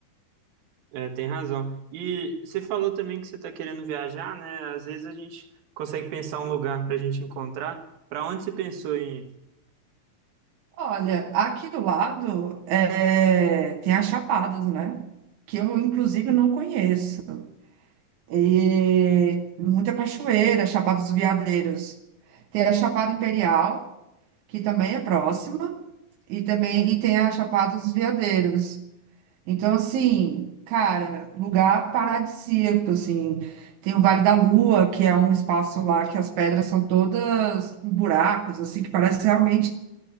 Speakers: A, on the right; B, on the right.
A: É, tem razão. E você falou também que você está querendo viajar, né? Às vezes a gente consegue pensar um lugar para a gente encontrar. Para onde você pensou em ir?
B: Olha, aqui do lado é, tem as Chapadas, né? Que eu, inclusive, não conheço. E muita cachoeira, Chapada dos Veadeiros. Tem a Chapada Imperial, que também é próxima, e também e tem a Chapada dos Veadeiros. Então, assim, cara, lugar paradisíaco, assim. Tem o Vale da Lua, que é um espaço lá que as pedras são todas com buracos, assim, que parece realmente